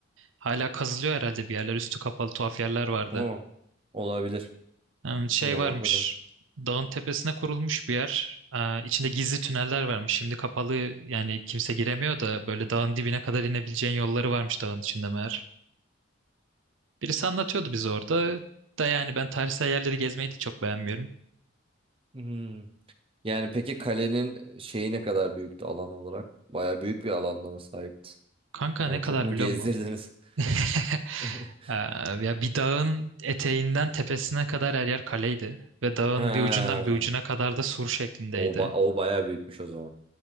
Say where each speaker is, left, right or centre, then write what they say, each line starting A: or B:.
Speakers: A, on the right; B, on the right.
A: Hala kazılıyor herhalde bir yerler. Üstü kapalı tuhaf yerler vardı.
B: Hı. Olabilir.
A: Ee, şey
B: Yani
A: varmış.
B: o kadar.
A: Dağın tepesine kurulmuş bir yer. Ee, içinde gizli tüneller varmış. Şimdi kapalı yani kimse giremiyor da böyle dağın dibine kadar inebileceğin yolları varmış dağın içinde meğer. Birisi anlatıyordu bize orada. Da yani ben tarihsel yerleri gezmeyi de çok beğenmiyorum.
B: Hmm. Yani peki kalenin şeyi ne kadar büyüktü alan olarak? Bayağı büyük bir alanda mı sahipti?
A: Kanka
B: Yani
A: ne kadar
B: çok mu
A: biliyor
B: gezdirdiniz?
A: musun? <laughs>
B: <laughs>
A: Ee, ya bir dağın eteğinden tepesine kadar her yer kaleydi. Ve dağın
B: Ha.
A: bir ucundan bir ucuna kadar da sur şeklindeydi.
B: O, ba- o bayağı büyükmüş o zaman.